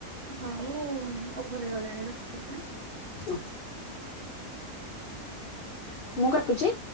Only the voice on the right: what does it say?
ହୋଉ ଓଭର ହେଇ ଗଲାଣି ରଖୁଛି। ଆଁ।